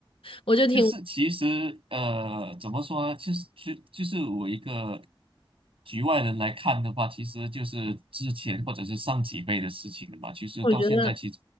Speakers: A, on the left; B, on the right.
A: <laughs> 我就挺，
B: 就是其实呃，怎么说呢？就是就就是我一个局外人来看的话，其实就是之前或者是上几辈的事情了嘛。其实到现在，
A: 我觉得
B: 其实